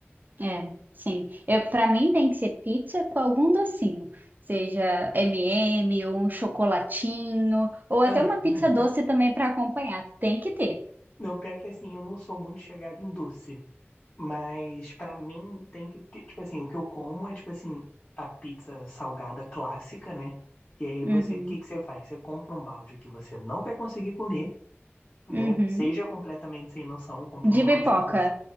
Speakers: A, on the right; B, on the left.
A: é, sim. Eu, para mim tem que ser pizza com algum docinho, seja M&M ou um chocolatinho, ou
B: <laughs>
A: até uma pizza doce também para acompanhar. Tem que ter.
B: Não, pior que assim, eu não sou muito chegado em doce. Mas pra mim tem que ter, tipo assim, o que eu como é tipo assim, a pizza salgada clássica, né? E aí
A: Uhum.
B: você, o que que você faz? Você compra um balde que você não vai conseguir comer, né?
A: Uhum.
B: Seja completamente sem noção, compra
A: De
B: um balde
A: pipoca.
B: que você